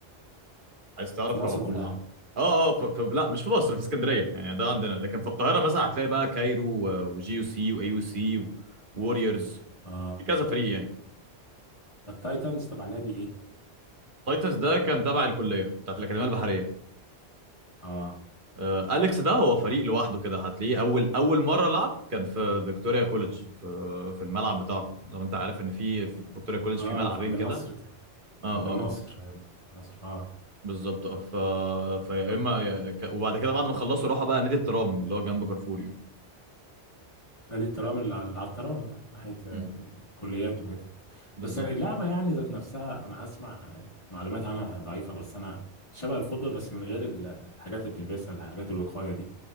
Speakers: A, on the right (about 50°); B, on the left (about 30°).
A: عايز تعرف
B: في مصر
A: هم
B: كلها
A: عم- اه اه ف... ف... لا مش في مصر في اسكندريه يعني ده عندنا لكن في القاهره مثلا هتلاقي بقى كايرو و- وجي يو سي واي يو سي ووريورز
B: اه
A: في كذا فريق يعني
B: طب تايتنز تبع نادي ايه
A: تايتنز ده كان تبع الكليه بتاعت الاكاديميه البحريه
B: اه
A: آه، أليكس ده هو فريق لوحده كده هتلاقيه أول أول مرة لعب كان في فيكتوريا كوليدج في في الملعب بتاعهم لو أنت عارف إن في في فيكتوريا كوليدج
B: اه
A: في ملعبين
B: اللي في عند النصر
A: كده أه أه
B: عند النصر
A: أه
B: عند النصر اه
A: بالظبط أه ف... فيا
B: طب
A: إما يا- ك- وبعد كده بعد ما خلصوا راحوا بقى نادي الترام اللي هو جنب كارفوري
B: نادي الترام اللي على اللي على الترام اه ناحية آه،
A: مم.
B: كليات وكده
A: بالظبط
B: بس يعني اللعبة يعني ذات نفسها أنا أسمع يعني معلومات عنها ضعيفة بس أنا شبه الفضة بس من غير ال- الحاجات اللي بتلبسها الحاجات الوقاية دي